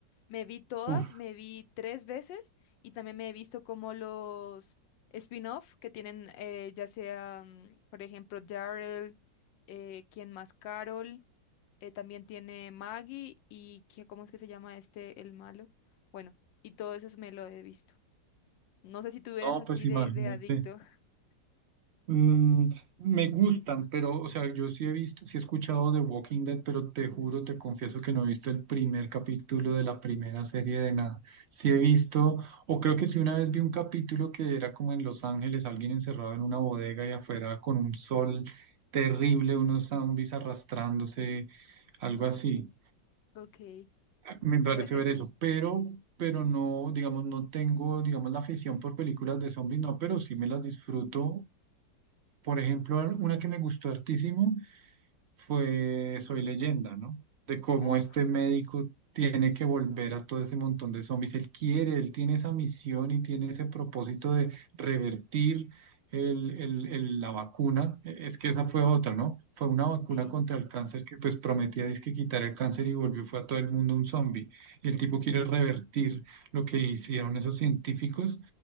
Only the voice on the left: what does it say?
Me vi todas,
me vi tres veces y también me he visto como los spin-off que tienen, eh, ya sea, mm, por ejemplo, Daryl, eh, ¿quién más? Carol, eh, también tiene Maggie y que- ¿cómo es que se llama este, el malo? Bueno, y todo eso me lo he visto. No sé si tú eras
así
de, de adicto. <laughs>
Ok.
Pero
es,
uff,
sí,